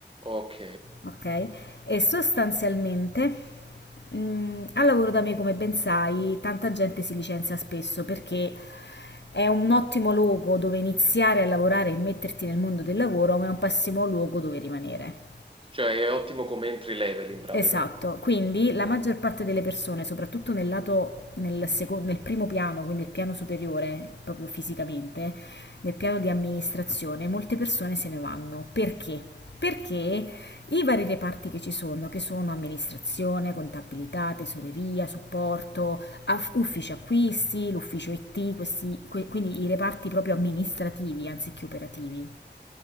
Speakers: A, on the right (about 30°); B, on the left (about 75°).
A: ok,
B: ok? E sostanzialmente mh, al lavoro da me, come ben sai, tanta gente si licenzia spesso perché è un ottimo luogo dove iniziare a lavorare e metterti nel mondo del lavoro, ma è un pessimo luogo dove rimanere.
A: cioè è ottimo come entry level in pratica.
B: Esatto, quindi la
A: Mm.
B: maggior parte delle persone, soprattutto nel lato, nel, seco- nel primo piano, quindi il piano superiore, proprio fisicamente, nel piano di amministrazione, molte persone se ne vanno. Perché? Perché i vari reparti che ci sono, che sono amministrazione, contabilità, tesoreria, supporto, aff- ufficio acquisti, l'ufficio IT, questi, que- quindi i reparti proprio amministrativi anziché operativi,